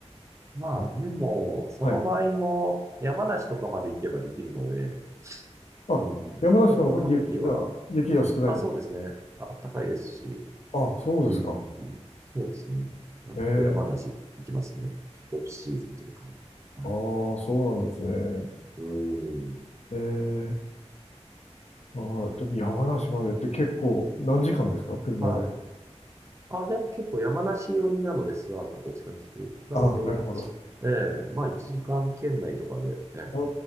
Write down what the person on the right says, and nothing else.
まあ、
でも、その場合も、
山梨とかまで行けばできるので、
うん、
クローズの時は、
あ、そうですね。あったかいですし、
うん、そうですね。まあ結構山梨行きますね。
オフシーズンというか。はい。
うん。
はい。あ、でも結構山梨寄りなので、諏訪がどっちかっていうと。
なんで、ええまあ1時間圏内とかで、ええ